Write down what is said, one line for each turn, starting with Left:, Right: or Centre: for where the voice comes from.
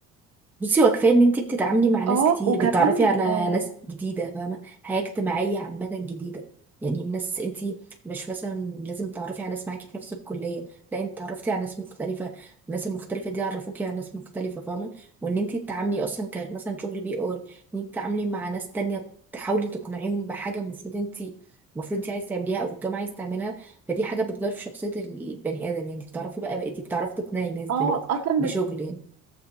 Centre: بصي هو كفايه ان انت بتتعاملي مع ناس
Right: اه
Centre: كتير
Right: وكمان
Centre: بتتعرفي على
Right: اه
Centre: ناس جديده فاهمه حياه اجتماعيه عامه جديده يعني ناس انت مش مثلا لازم تتعرفي على ناس معاكي في نفس الكليه لا انت اتعرفتي على ناس مختلفه الناس المختلفه دي عرفوكي على ناس مختلفه فاهمه وان انت تتعاملي اصلا ك مثلا شغل بي اور ان انت تتعاملي مع ناس تانية تحاولي تقنعيهم بحاجه المفروض انت المفروض انت عايزه تعمليها او في الجامعه عايزه تعملها فدي حاجه بتغير في شخصيه البني ادم يعني انت بتعرفي بقى بقيتي بتعرفي تقنعي ناس دلوقتي
Right: آه، اصلا
Centre: بشغل يعني